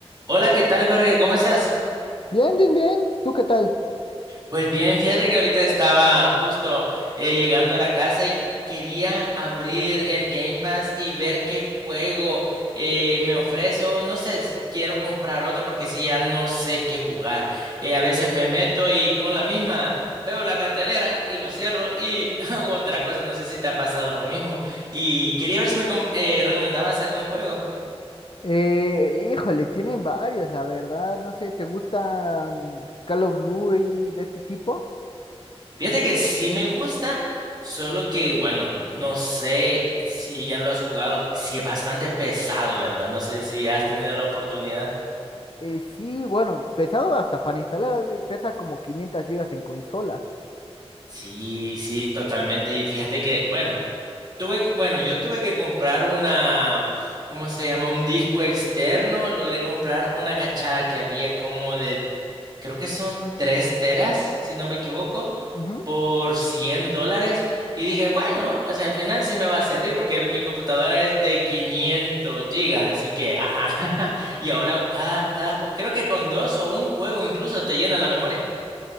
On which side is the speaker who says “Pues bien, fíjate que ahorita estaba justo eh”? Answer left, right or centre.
Right